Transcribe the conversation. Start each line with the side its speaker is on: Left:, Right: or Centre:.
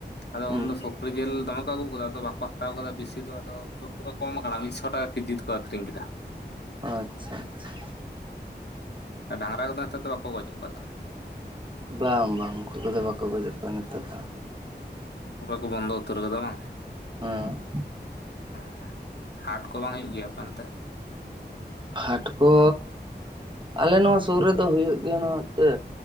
Left: ᱟᱫᱚ
Right: ᱦᱩᱸ
Left: ᱩᱱ ᱫᱚ ᱥᱩᱠᱨᱤ ᱡᱤᱞ ᱫᱚᱢᱮ ᱠᱚ ᱟᱹᱜᱩ ᱟᱠᱟᱫᱟ ᱟᱫᱚ ᱵᱟᱠᱚ ᱦᱟᱛᱟᱣ ᱠᱟᱫᱟ ᱵᱮᱥᱤ ᱫᱚ ᱟᱫᱚ ᱩᱱ ᱫᱚ ᱯᱩᱨᱟᱹ ᱠᱚᱢ ᱟᱠᱟᱱᱟ ᱢᱤᱫᱥᱚ ᱴᱟᱠᱟ ᱠᱮᱡᱤ ᱛᱮᱠᱚ ᱟᱠᱷᱨᱤᱧ ᱠᱮᱫᱟ
Right: ᱟᱪᱪᱷᱟ ᱟᱪᱪᱷᱟ
Left: ᱟᱨ ᱰᱟᱝᱨᱟ ᱠᱚᱫᱚ ᱱᱮᱛᱟᱨ ᱫᱚ ᱵᱟᱠᱚ ᱜᱚᱡ ᱮᱫ ᱠᱚᱣᱟ ᱛᱟᱦᱞᱮ
Right: ᱵᱟᱝ ᱵᱟᱝ ᱩᱱᱠᱩ ᱠᱚᱫᱚ ᱵᱟᱠᱚ ᱜᱚᱡᱮᱫ ᱠᱚᱣᱟ ᱱᱤᱛᱚᱜ ᱫᱚ
Left: ᱯᱩᱨᱟᱹ ᱠᱚ ᱵᱚᱱᱫᱚ ᱩᱛᱟᱹᱨ ᱠᱟᱫᱟ ᱵᱟᱝ
Right: ᱦᱮᱸ
Left: ᱦᱸ ᱦᱟᱴ ᱠᱚ ᱵᱟᱝ ᱦᱩᱭᱩᱜ ᱜᱮᱭᱟ ᱟᱯᱮ ᱚᱱᱛᱮ?
Right: ᱦᱟᱴ ᱠᱚ ᱟᱞᱮ ᱱᱚᱣᱟ ᱥᱩᱨ ᱨᱮᱫᱚ ᱦᱩᱭᱩᱜ ᱜᱮᱭᱟ ᱱᱟ ᱛᱮ